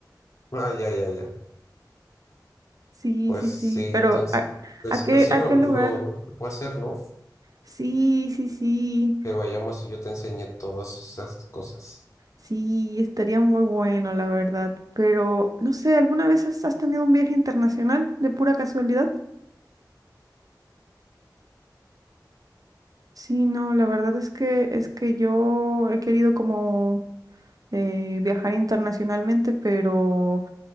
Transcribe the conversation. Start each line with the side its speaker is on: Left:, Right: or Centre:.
Left: Ah, ya, ya, ya.
Right: Sí,
Left: Pues
Right: sí,
Left: sí,
Right: sí, pero
Left: entonces.
Right: ¿a,
Left: Pues,
Right: a qué,
Left: pues sí,
Right: a
Left: lo,
Right: qué
Left: lo,
Right: lugar?
Left: se puede hacer, ¿no?
Right: Sí, sí, sí,
Left: Que vayamos y yo te enseñé todas esas cosas.
Right: sí, estaría muy bueno, la verdad. Pero, no sé, ¿alguna vez has, has tenido un viaje internacional de pura casualidad? Sí, no, la verdad es que es que yo he querido como eh, viajar internacionalmente, pero